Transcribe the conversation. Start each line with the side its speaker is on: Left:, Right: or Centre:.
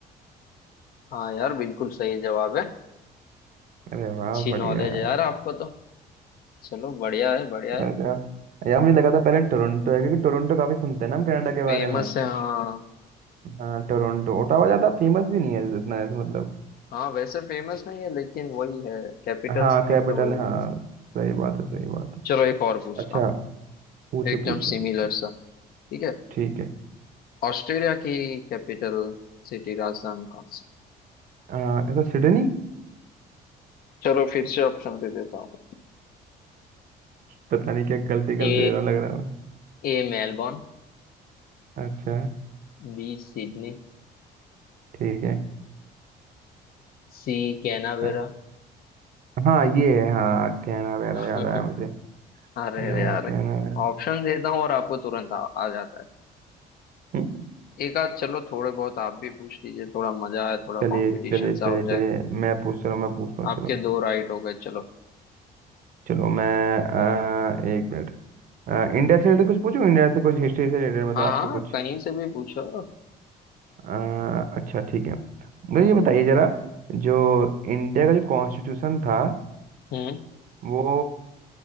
Left: हाँ यार बिल्कुल सही जवाब है
Right: अरे वाह
Left: अच्छी
Right: बढ़िया
Left: नॉलेज
Right: यार
Left: है यार आपको तो चलो बढ़िया है बढ़िया है
Right: बस यार यार मुझे लगा था पहले टोरंटो है क्योंकि टोरंटो काफी सुनते हैं ना हम कनाडा के
Left: फेमस
Right: बारे में
Left: है हाँ
Right: हाँ टोरंटो ओटावा ज्यादा फेमस भी नहीं है इतना ऐसे मतलब
Left: हाँ वैसे फेमस नहीं है लेकिन वही है कैपिटल
Right: हाँ
Left: सिटी
Right: कैपिटल
Left: तो वही
Right: हाँ
Left: है
Right: सही बात है सही बात है
Left: चलो एक और पूछता
Right: अच्छा
Left: हूँ
Right: पूछे
Left: एकदम
Right: पूछे
Left: सिमिलर
Right: पूछे
Left: सा ठीक है
Right: ठीक है
Left: ऑस्ट्रेलिया की कैपिटल सिटी राजधानी कौन सी
Right: आ, ऐसा सिडनी
Left: चलो फिर से ऑप्शन दे देता हूँ
Right: पता नहीं क्या गलती गलती
Left: A
Right: दे रहा हूँ लग रहा है मुझे
Left: A Melbourne
Right: अच्छा
Left: B Sydney
Right: ठीक है
Left: C Canberra
Right: अ, हाँ ये है हाँ कैनावेरा
Left: <laughs>
Right: याद आया मुझे
Left: अरे अरे
Right: आ,
Left: यार
Right: कैनावेरा
Left: ऑप्शन देता हूँ और आपको तुरंत आ, आ जाता है
Right: <laughs>
Left: एक आध चलो थोड़े बहुत आप भी पूछ लीजिए थोड़ा मजा आए थोड़ा
Right: चलिए
Left: कंपटीशन
Right: चलिए
Left: सा
Right: चलिए
Left: हो जाए
Right: चलिए मैं पूछ रहा हूँ मैं पूछता हूँ
Left: आपके
Right: चलो
Left: दो राइट हो गए चलो
Right: चलो मैं अ, एक मिनट अ, इंडिया से रिलेटेड कुछ पूछूं इंडिया से कुछ हिस्ट्री से रिलेटेड मतलब
Left: हाँ
Right: आपसे
Left: हाँ
Right: कुछ
Left: कहीं से भी पूछो
Right: अ, अच्छा ठीक है मुझे ये बताइए जरा जो इंडिया का जो कॉन्स्टिट्यूशन था
Left: हम्म
Right: वो